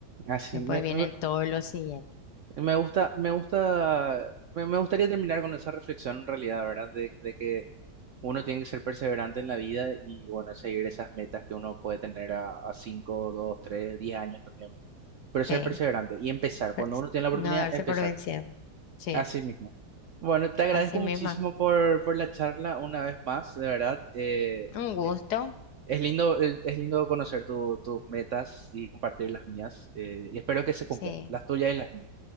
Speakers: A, on the right; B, on the left.
A: Así,
B: Después
A: me,
B: vienen
A: me,
B: todos los siguientes.
A: me gusta, me gusta, me, me gustaría terminar con esa reflexión en realidad, ¿verdad? De, de que uno tiene que ser perseverante en la vida y, bueno, seguir esas metas que uno puede tener a, a 5, 2, 3, 10 años también. Pero ser
B: Sí,
A: perseverante y empezar.
B: pues,
A: Cuando uno tiene la oportunidad,
B: no darse
A: empezar.
B: por vencido. Sí,
A: Así mismo. Bueno, te agradezco
B: así
A: muchísimo
B: mismo.
A: por, por la charla una vez más, de verdad. Eh,
B: Un gusto.
A: Es lindo, el- es lindo conocer tu- tus metas y compartir las mías. eh, y espero que se cumplan,
B: Sí,
A: las tuyas y las mías,